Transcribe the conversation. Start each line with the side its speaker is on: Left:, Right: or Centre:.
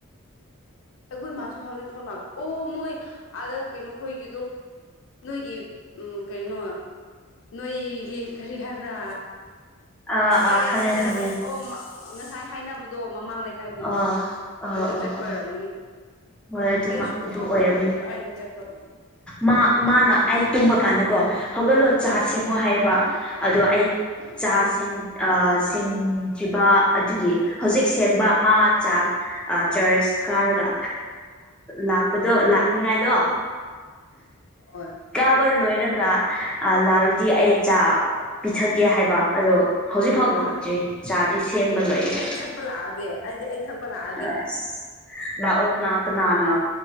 Left: ꯑꯩꯈꯣꯏ ꯃꯥꯁꯨ ꯍꯧꯖꯤꯛ ꯐꯥꯎ ꯂꯥꯛꯇꯦ ꯑꯣ ꯃꯣꯏ ꯑꯥꯗ ꯀꯩꯅꯣ ꯈꯣꯏꯒꯤꯗꯣ ꯅꯣꯏꯒꯤ ꯎꯝ ꯀꯩꯅꯣ ꯅꯣꯏꯒꯤ ꯀꯥꯔꯤ ꯍꯥꯏꯕ꯭ꯔꯥ
Centre: ꯑꯥ ꯑꯥ
Left: ꯑꯦ
Centre: ꯈꯪꯉꯦ
Left: ꯅꯠꯇꯦ
Centre: ꯈꯪꯉꯦ
Left: ꯅꯠꯇꯦ ꯑꯣ ꯉꯁꯥꯏ ꯍꯥꯏꯅꯕꯗꯣ ꯃꯃꯥꯡ ꯂꯩꯀꯥꯏꯒꯤꯗꯣ
Centre: ꯑꯥ ꯑꯥ
Left: ꯑꯗꯨꯗ
Centre: ꯑꯥ
Left: ꯆꯠꯄ
Centre: ꯑꯥ
Left: ꯑꯣꯏꯔꯝꯒꯨꯅꯤ
Centre: ꯍꯣꯏ ꯑꯗꯨꯃꯛ
Left: ꯑꯩꯁꯨ
Centre: ꯑꯗꯨ
Left: ꯎꯍꯧꯗꯕꯣ
Centre: ꯑꯣꯏꯔꯝꯅꯤ
Left: ꯀꯗꯥꯏꯗ ꯆꯠꯄꯣ
Centre: ꯃꯥ ꯃꯥꯅ ꯑꯩ ꯇꯨꯝꯕꯀꯥꯟꯗꯀꯣ ꯍꯧꯒꯠꯂꯣ ꯆꯥ ꯁꯦꯝꯃꯣ ꯍꯥꯏꯌꯦꯕ
Left: ꯎꯝ
Centre: ꯑꯗꯣ ꯑꯩ ꯆꯥ ꯁꯦꯝ ꯑ ꯁꯦꯝꯗ꯭ꯔꯤꯕ ꯑꯗꯨꯒꯤ ꯍꯧꯖꯤꯛ ꯁꯦꯝꯕꯥ ꯃꯥ ꯆꯥꯛ ꯆꯥ꯭ꯔꯖ ꯀꯥꯔꯒ ꯂꯥꯛꯄꯗꯣ ꯂꯥꯛꯅꯤꯡꯉꯥꯏꯗꯣ
Left: ꯑꯣ
Centre: ꯀꯥꯕ ꯂꯣꯏꯔꯒ ꯂꯥꯛꯔꯤꯗꯤ ꯑꯩ ꯆꯥ ꯄꯤꯊꯛꯀꯦ ꯍꯥꯏꯕ ꯑꯗꯣ ꯍꯧꯖꯤꯛꯐꯥꯎ ꯂꯥꯛꯇ꯭ꯔꯤ ꯆꯥꯗꯤ ꯁꯦꯝꯕ ꯂꯣꯏꯌꯦꯦ
Left: ꯊꯛꯄꯥ ꯂꯥꯛꯑꯒꯦ ꯑꯗꯨꯗꯤ ꯑꯩ ꯊꯛꯄ ꯂꯥꯛ
Centre: ꯑꯁ <unintelligible> ꯂꯥꯛꯑꯣꯅꯥꯀꯅꯥꯅ